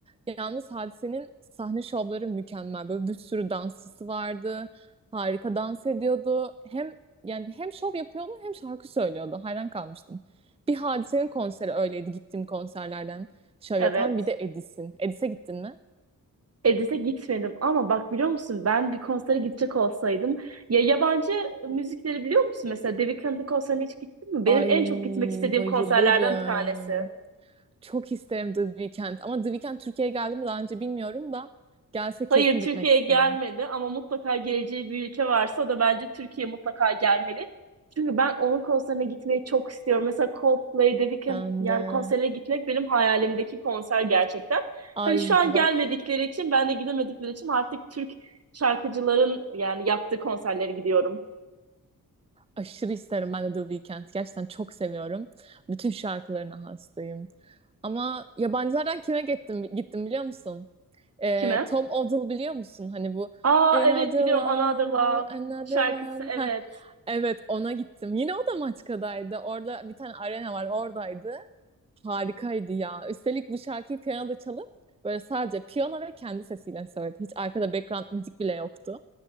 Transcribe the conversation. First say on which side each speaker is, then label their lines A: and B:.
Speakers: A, on the right; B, on the right.
A: Yalnız Hadise'nin sahne şovları mükemmel. Böyle bir sürü dansçısı vardı. Harika dans ediyordu. Hem yani hem şov yapıyordu hem şarkı söylüyordu. Hayran kalmıştım. Bir Hadise'nin konseri öyleydi gittiğim konserlerden şov
B: Evet.
A: yapan. Bir de Edis'in. Edis'e gittin mi?
B: Edis'e gitmedim ama bak biliyor musun ben bir konsere gidecek olsaydım ya yabancı müzikleri biliyor musun? Mesela David Weeknd'in konserine hiç gittin mi? Benim
A: Ay
B: en çok gitmek istediğim
A: bayılırım.
B: konserlerden bir tanesi.
A: Çok isterim The Weeknd. Ama The Weeknd Türkiye'ye geldi mi daha önce bilmiyorum da gelse
B: Hayır
A: kesin
B: Türkiye'ye
A: gitmek isterim.
B: gelmedi ama mutlaka geleceği bir ülke varsa o da bence Türkiye mutlaka gelmeli. Çünkü ben onun konserine gitmeyi çok istiyorum. Mesela Coldplay, The Weeknd
A: Ben
B: yani
A: de.
B: konserine gitmek benim hayalimdeki konser gerçekten.
A: Ay
B: Hani şu an gelmedikleri
A: bak
B: için ben de gidemedikleri için artık Türk şarkıcıların yani yaptığı konserlere gidiyorum.
A: Aşırı isterim ben de The Weeknd. Gerçekten çok seviyorum. Bütün şarkılarına hastayım. Ama yabancılardan kime gittim, gittim biliyor musun? Ee,
B: Kime?
A: Tom Odell biliyor musun? Hani bu
B: Aa
A: Another
B: evet biliyorum
A: Love,
B: Another Love
A: Another
B: şarkısı
A: Love.
B: evet.
A: <laughs> Heh. Evet ona gittim. Yine o da Maçka'daydı. Orada bir tane arena var oradaydı. Harikaydı ya. Üstelik bu şarkıyı piyanoda çalıp böyle sadece piyano ve kendi sesiyle söyledi. Hiç arkada background müzik bile yoktu.